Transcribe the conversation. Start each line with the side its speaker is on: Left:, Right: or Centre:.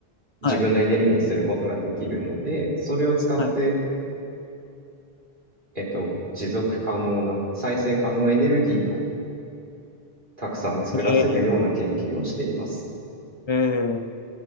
Right: 自分のエネルギーにすることができるので、
Left: はい。
Right: それを使って、
Left: は
Right: えっと、持続可能な再生可能エネルギーをたくさん作らせるような研究をしています。
Left: い。えーえー